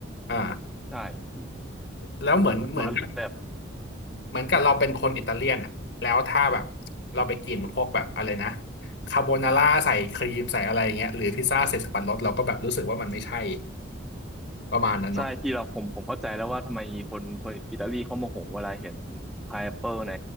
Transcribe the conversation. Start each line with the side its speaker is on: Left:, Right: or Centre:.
Left: อ่า
Centre: ใช่พี่
Left: แล้วเหมือนเหมือนกับ
Centre: มาแบบ
Left: เหมือนกับเราเป็นคนอิตาเลียนอ่ะแล้วถ้าแบบเราไปกินพวกแบบอะไรนะคาโบนาร่าใส่ครีมใส่อะไรเงี้ยหรือพิซซ่าใส่สับปะรดเราก็แบบรู้สึกว่ามันไม่ใช่ ประมาณนั้นเนาะ
Centre: ใช่พี่เราผมผมเข้าใจแล้วว่าทำไมคนคนอิตาลีเขาโมโหเวลาเห็นพายแอปเปิลใน